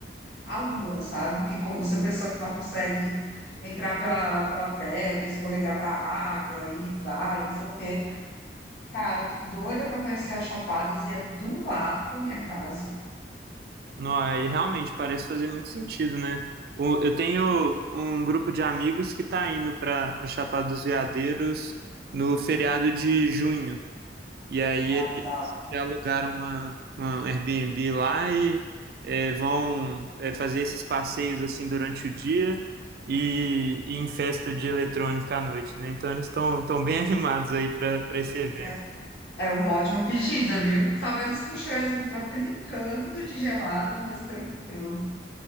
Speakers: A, on the left (about 70°); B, on the right (about 55°).
A: a lua, sabe? Que co- você, o pessoal consegue entrar pela, pela pedra, escorregar para a água e vai, sei lá o quê. Cara, eu tô doida para conhecer as Chapadas e é do lado da minha casa.
B: Nó, Aí realmente parece fazer muito sentido, né? O- Eu tenho um grupo de amigos que está indo para Chapada dos Veadeiros no feriado de junho. E aí
A: Ah, legal.
B: já alugaram uma, uma Airbnb lá e é, vão é, fazer esses passeios assim durante o dia e, e em festa de eletrônica à noite, né? Então eles estão tão bem <laughs> animados aí para para esse evento.
A: É, É uma ótima pedida, viu? Talvez os puxeiros vão estar trincando de gelada, mas tranquilo.